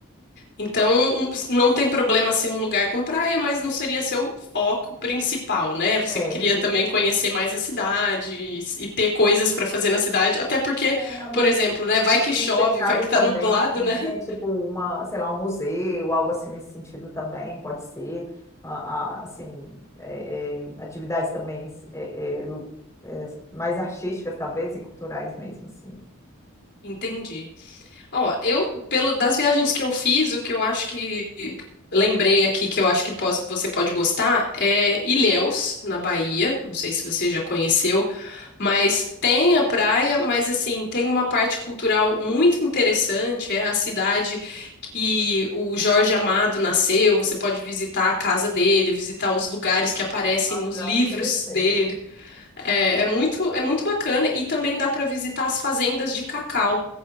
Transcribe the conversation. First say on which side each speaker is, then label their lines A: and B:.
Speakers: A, on the left; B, on the left.
A: então um- não tem problema ser um lugar com praia, mas não seria seu foco principal, né? Você
B: É,
A: queria
B: e
A: também conhecer mais a cidade e, s- e ter coisas para fazer na cidade, até porque,
B: é ambiente,
A: por exemplo, né, vai que
B: ambiente
A: chove,
B: fechado
A: vai que tá
B: também,
A: nublado,
B: né?
A: né?
B: Tipo uma, sei lá, um museu, algo assim nesse sentido também, pode ser. A- a- assim, é, é, atividades também é, é, lu- é, mais artísticas, talvez, e culturais mesmo, assim.
A: Entendi. Ó, eu, pelo, das viagens que eu fiz, o que eu acho que lembrei aqui que eu acho que pos- você pode gostar é Ilhéus, na Bahia. Não sei se você já conheceu, mas tem a praia, mas assim, tem uma parte cultural muito interessante. É a cidade que o Jorge Amado nasceu. Você pode visitar a casa dele, visitar os lugares que aparecem
B: Nossa,
A: nos
B: já
A: livros
B: me interessei.
A: dele. É, é muito, é muito bacana e também dá para visitar as fazendas de cacau,